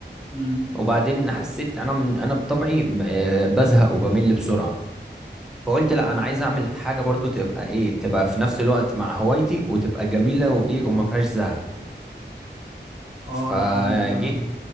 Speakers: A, on the right; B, in the centre.
A: امم
B: وبعدين حسيت انا من انا بطبعي م- آه، بزهق وبمل بسرعة فقلت
A: اه
B: لا انا عايز اعمل حاجة برضو تبقى ايه تبقى في نفس الوقت مع هوايتي وتبقى جميلة وايه وما فيهاش زهق فجيت
A: اه انا انا فاهم